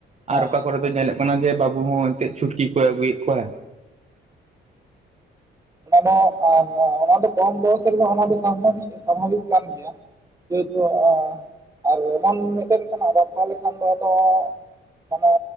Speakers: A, on the right (about 15°); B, on the right (about 35°).
A: ᱦᱮᱸ
B: ᱟᱨ ᱚᱠᱟ ᱠᱚᱨᱮ ᱫᱚ ᱧᱮᱞᱮᱫ ᱠᱟᱱᱟ ᱡᱮ ᱵᱟᱹᱵᱩ ᱦᱚᱸ ᱮᱱᱛᱮᱫ ᱪᱷᱩᱴᱠᱤ ᱠᱚᱭ ᱟᱹᱜᱩᱭᱮᱫ ᱠᱚᱣᱟ
A: ᱚᱱᱟ ᱚᱱᱟ ᱫᱚ ᱠᱚᱢ ᱵᱚᱭᱚᱥ ᱨᱮᱫᱚ ᱚᱱᱟ ᱫᱚ ᱥᱟᱵᱷᱟᱵᱤᱠ ᱠᱟᱱ ᱜᱮᱭᱟ ᱡᱟᱹᱛᱼᱟ ᱟᱨ ᱮᱢᱚᱱ ᱢᱤᱫᱴᱮᱱ ᱠᱟᱱᱟ ᱵᱟᱯᱞᱟ ᱞᱮᱠᱷᱟᱱ ᱫᱚ ᱟᱫᱚ ᱢᱟᱱᱮ